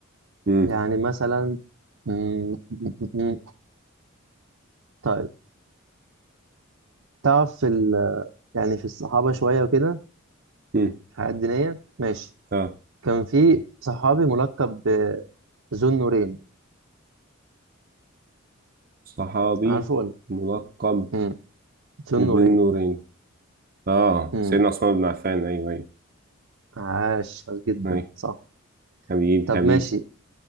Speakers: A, on the right (about 45°); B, on the right (about 75°).
A: مم.
B: يعني مثلا مم، مم، مم. طيب تعرف في ال... يعني في الصحابه شويه وكده
A: مم.
B: في حاجات دينيه ماشي
A: آه
B: كان في صحابي ملقب ب- ذو النورين
A: صحابي
B: عارفه ولا
A: ملقب
B: مم. ذو
A: بذي
B: النورين
A: النورين آه
B: مم.
A: سيدنا عثمان بن عفان أيوه أيوه
B: عاش عاش جدا
A: أيوه
B: صح
A: حبيبي
B: طب
A: حبيبي
B: ماشي